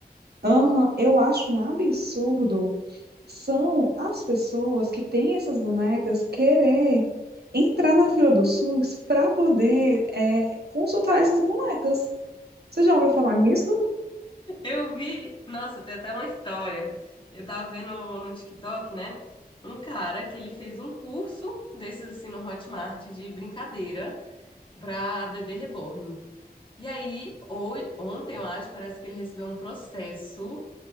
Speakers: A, on the right; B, on the left.
A: aham, eu acho um absurdo são as pessoas que têm essas bonecas querer entrar na fila do SUS para poder é, consultar essas bonecas. Você já ouviu falar nisso?
B: Eu vi. Nossa, tem até uma história. Eu tava vendo no TikTok, né? Um cara que ele fez um curso desses assim no Hotmart de brincadeira pra bebê reborn. E aí, ho- ontem, eu acho, parece que ele recebeu um processo,